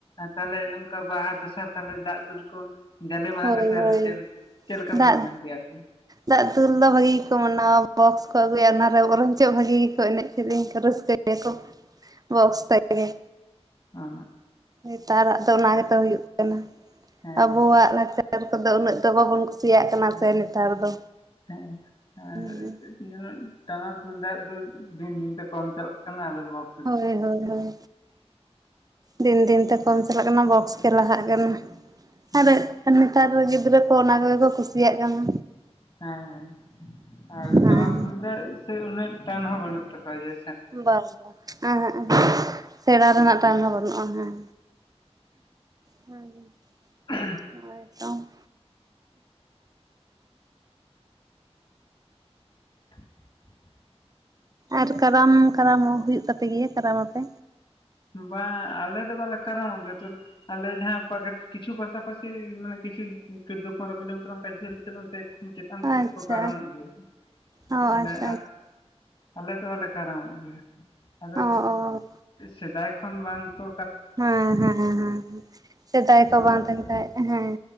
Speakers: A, on the left; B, on the right.
A: ᱛᱟᱦᱚᱞᱮ ᱚᱱᱠᱟ ᱵᱟᱦᱟ ᱫᱚᱥᱟᱨ ᱛᱟᱦᱚᱞᱮ ᱫᱟᱜ ᱫᱩᱞ ᱠᱚ ᱡᱟᱞᱮ ᱢᱟᱦᱟ
B: ᱦᱳᱭ
A: ᱠᱚ ᱪᱮᱫ
B: ᱦᱳᱭ
A: ᱪᱮᱫ ᱪᱮᱫ ᱞᱮᱠᱟ ᱯᱮ
B: ᱫᱟᱜ
A: ᱢᱟᱱᱟᱣ ᱜᱮᱭᱟᱯᱮ?
B: ᱫᱟᱜ ᱫᱩᱞ ᱫᱚ ᱵᱷᱟᱜᱤ ᱜᱮᱠᱚ ᱢᱟᱱᱟᱣᱟ ᱵᱚᱠᱥ ᱠᱚ ᱟᱹᱜᱩᱭᱟ ᱚᱱᱟᱨᱮ ᱵᱚᱨᱚᱝ ᱪᱚᱜ ᱵᱷᱟᱹᱜᱤ ᱜᱮ ᱠᱚ ᱮᱱᱮᱡ᱾ ᱱᱤᱝᱠᱟᱹ ᱨᱟᱹᱥᱠᱟᱹᱭ ᱜᱮᱭᱟ ᱠᱚ ᱵᱚᱠᱥ ᱛᱮᱫ ᱜᱮ᱾
A: ᱚᱻ
B: ᱱᱮᱛᱟᱨᱟᱜ ᱫᱚ ᱚᱱᱟ ᱜᱮᱛᱚ ᱦᱩᱭᱩᱜ ᱠᱟᱱᱟ᱾
A: ᱦᱮᱸ
B: ᱟᱵᱚᱣᱟᱜ ᱞᱟᱠᱪᱟᱨ ᱠᱚᱫᱚ ᱩᱱᱟᱹᱜ ᱫᱚ ᱵᱟᱵᱚᱱ ᱠᱩ ᱠᱩᱥᱤᱭᱟᱜ ᱠᱟᱱᱟ
A: ᱦᱮᱸ
B: ᱥᱮ
A: ᱦᱮᱸ
B: ᱱᱮᱛᱟᱨ ᱫᱚ
A: ᱦᱮᱸ ᱦᱮᱸ ᱟᱨ
B: ᱦᱮᱸ᱾
A: ᱪᱮᱫ ᱴᱟᱢᱟᱠ ᱛᱩᱢᱫᱟᱜ ᱫᱚ ᱫᱤᱱ ᱫᱤᱱ ᱛᱮ ᱠᱚᱢ ᱪᱟᱞᱟᱜ ᱠᱟᱱᱟ ᱟᱫᱚ ᱵᱚᱠᱚᱥ
B: ᱦᱳᱭ ᱦᱳᱭ ᱦᱳᱭ᱾ ᱫᱤᱱ ᱫᱤᱱ ᱛᱮ ᱠᱚᱢ ᱪᱟᱞᱟᱜ ᱠᱟᱱᱟ ᱵᱚᱠᱥ ᱜᱮ ᱞᱟᱦᱟᱜ ᱠᱟᱱᱟ᱾
A: ᱦᱩᱸ
B: ᱟᱨ ᱟᱨ ᱱᱮᱛᱟᱨ ᱜᱤᱫᱽᱨᱟᱹ ᱠᱚ ᱚᱱᱟ ᱠᱚᱜᱮ ᱠᱚ ᱠᱩᱥᱤᱭᱟᱜ ᱠᱟᱱᱟ᱾
A: ᱦᱮᱸ ᱦᱮᱸ ᱟᱨ
B: ᱦᱮᱸ
A: ᱴᱟᱢᱟᱠ ᱛᱩᱢᱫᱟᱹᱜ ᱥᱮᱫ ᱩᱱᱟᱹᱜ ᱴᱟᱱ ᱦᱚᱸ ᱵᱟᱹᱱᱩᱜ ᱛᱟᱠᱚᱣᱟ ᱡᱟ
B: ᱵᱟᱝ ᱵᱟ, ᱮᱦᱮᱸᱜ ᱮᱦᱮᱸᱜ ᱥᱮᱬᱟ ᱨᱮᱱᱟᱜ ᱴᱟᱱ ᱦᱚᱸ ᱵᱟᱹᱱᱩᱜᱼᱟ ᱦᱮᱸ᱾ ᱦᱩᱸ᱾
A: <inaudible>
B: ᱦᱳᱭ ᱛᱚ᱾
A: <unintelligible>
B: ᱟᱨ ᱠᱟᱨᱟᱢ ᱠᱟᱨᱟᱢ ᱦᱚᱸ ᱦᱩᱭᱩᱜ ᱛᱟᱯᱮᱜᱮᱭᱟ ᱠᱟᱨᱟᱢ ᱢᱟᱯᱮ?
A: ᱵᱟᱝᱟ ᱟᱞᱮ ᱫᱚ ᱵᱟᱞᱮ ᱠᱟᱱᱟᱢᱚᱜ ᱜᱮᱭᱟ᱾ ᱟᱞᱮ ᱡᱟᱦᱟᱸ ᱠᱤᱪᱷᱩ ᱯᱟᱥᱟᱯᱟᱥᱤ ᱢᱟᱱᱮ ᱠᱤᱪᱷᱩ ᱪᱳᱫᱫᱳ ᱯᱚᱱᱮᱨᱚ ᱠᱤᱞᱳᱢᱤᱴᱟᱨ ᱚᱱᱠᱟ ᱡᱷᱟᱹᱞ ᱪᱟᱞᱟᱜ ᱚᱱᱛᱮ ᱪᱮᱛᱟᱱ ᱥᱮᱫ
B: ᱟᱪᱪᱷᱟ
A: ᱫᱚᱠᱚ ᱠᱟᱨᱟᱢᱚᱜ ᱜᱮᱭᱟ᱾
B: ᱚ
A: ᱟᱞᱮ
B: ᱟᱪᱪᱷᱟ
A: ᱟᱞᱮ ᱫᱚ ᱵᱟᱞᱮ ᱠᱟᱨᱟᱢᱚᱜ ᱜᱮᱭᱟ᱾ ᱟᱫᱚ
B: ᱚ ᱚ
A: ᱥᱮᱫᱟᱭ ᱠᱷᱚᱱ ᱵᱟᱝ ᱠᱚ
B: ᱦᱮᱸ ᱦᱮᱸ ᱦᱮᱸ ᱥᱮᱫᱟᱭ
A: ᱟᱫᱚ
B: ᱠᱷᱚᱡ ᱵᱟᱝ ᱛᱟᱦᱮᱱ ᱠᱷᱟᱡ ᱦᱮᱸ